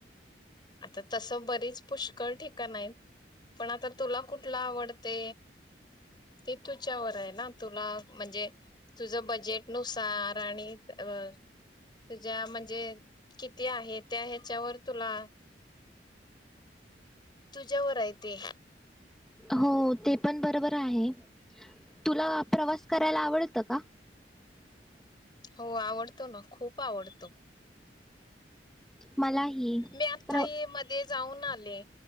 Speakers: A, on the left; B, in the centre.
A: आता तसं बरीच पुष्कळ ठिकाणं आहेत पण आता तुला कुठला आवडते ते तुच्यावर आहे ना, तुला म्हणजे तुझं बजेटनुसार आणि अ तुझ्या म्हणजे किती आहे, त्या ह्याच्यावर तुला तुज्यावर हाय ते.
B: हो हो ते पण बरोबर आहे. तुला प्रवास करायला आवडत का?
A: हो आवडतो ना खूप आवडतो.
B: मलाही
A: मी आथाई
B: प्र
A: मध्ये जाऊन आले.